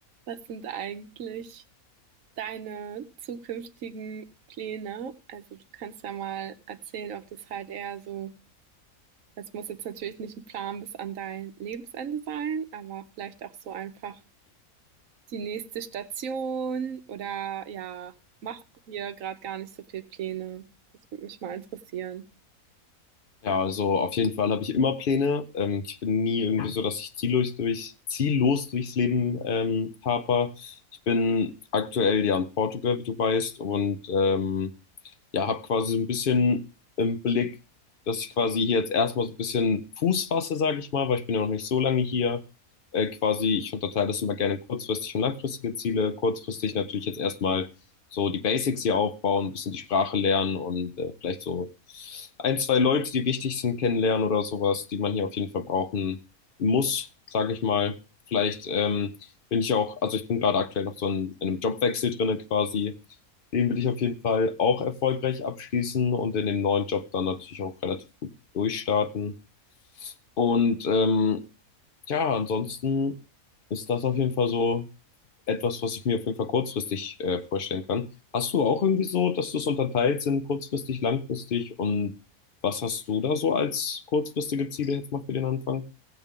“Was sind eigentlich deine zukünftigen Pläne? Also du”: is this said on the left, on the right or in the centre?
Right